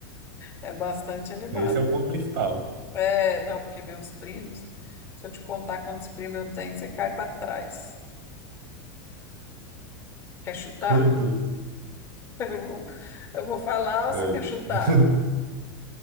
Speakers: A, on the left; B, on the right.
A: é bastante animado.
B: Esse é o ponto principal.
A: É, não, porque meus primos, se eu te contar quantos primos eu tenho, você cai para trás. Quer chutar?
B: Quantos?
A: <laughs> Eu vou, eu vou falar ou
B: Antes.
A: você quer chutar?
B: <laughs>